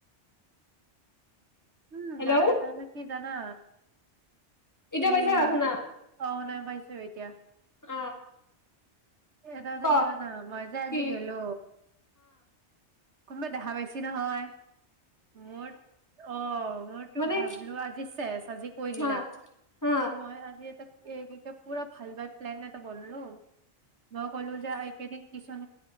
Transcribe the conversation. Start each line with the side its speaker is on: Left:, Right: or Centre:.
Right: উম
Left: হেল্ল'
Right: গাৰু এটা হলে কি জানা?
Left: এতিয়া
Right: এয়া,
Left: পাইছা শুনা
Right: অ' শুনা পাইছো এতিয়া।
Left: অ
Right: এটা কথা
Left: ক
Right: কি জানা? মই যে আজি
Left: কি
Right: গ'লো কোনোবাই দেখা পাইছি নহয়? মোৰ অ' মইতো
Left: মানে
Right: ভাবিলো আজি চেছ আজি কৈ দিলাক।
Left: হা হা
Right: তো মই আজি এটাক এই পুৰা ভাল ব প্লান এটা বলো <unintelligible> মই ক'লো যে একেদিন টিচন